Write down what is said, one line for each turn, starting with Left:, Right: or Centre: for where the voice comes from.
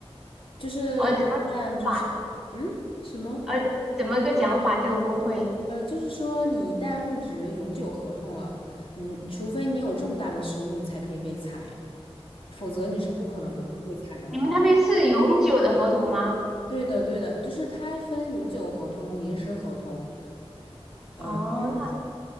Left: 就是你一旦就是嗯什么
Centre: 哦，怎么个讲法？呃，怎么个讲法？这个工会，
Left: 呃，就是说你一旦入职永久合同了，你除非你有重大的失误，你才可以被裁，否则你是不可能被被裁的。
Centre: 你们那边是永久的合同吗？
Left: 对的，对的，就是它分永久合同、临时合同。呃，
Centre: 哦，
Left: 这样子。